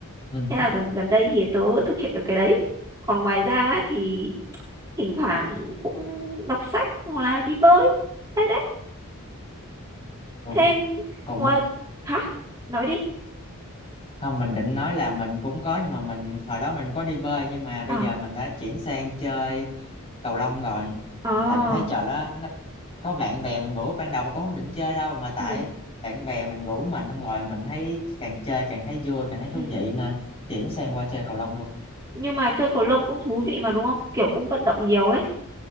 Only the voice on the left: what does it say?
ừ hứ,
đúng
còn
m-
không mình định nói là mình cũng có nhưng mà mình hồi đó mình có đi bơi nhưng mà bây
giờ mình đã chuyển sang chơi cầu lông rồi
tại mình thấy trò đó nó có bạn bè mình rủ ban đầu mà cũng không định chơi đâu mà tại
bạn bè mình rủ mình xong rồi mình thấy càng chơi càng thấy vui càng thấy thú
vị nên chuyển sang qua chơi cầu lông luôn